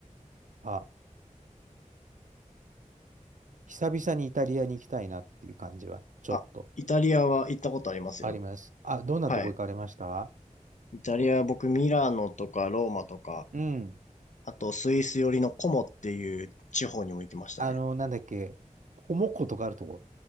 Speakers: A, on the right; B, on the left.
A: あ、久々にイタリアに行きたいなっていう感じはちょっと
B: あ、イタリアは行ったことありますよ。
A: あります。あ、どんなとこ行かれました
B: はい。イタリアは僕ミラノとかローマとか、
A: うん。
B: あとスイス寄りのコモっていう地方にも行きましたね。
A: あの、なんだっけ、コモッコとかあるとこ。